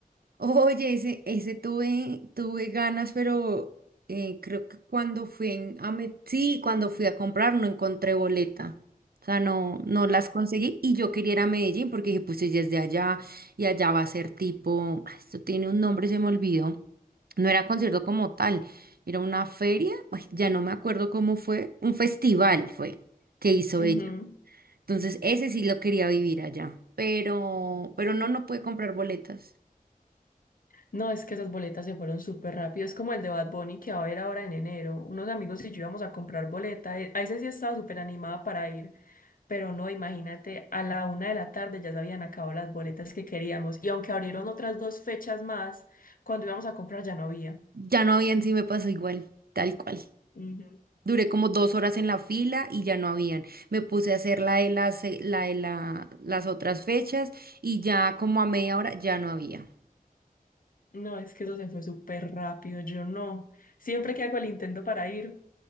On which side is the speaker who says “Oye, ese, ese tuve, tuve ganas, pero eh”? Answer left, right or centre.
Right